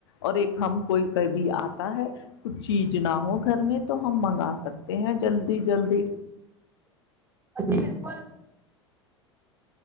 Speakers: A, on the left; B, on the right.
A: اور ایک ہم کوئی کبھی آتا ہے کچھ چیز نہ ہو گھر میں تو ہم منگا سکتے ہیں جلدی جلدی
B: ا جھی بالکل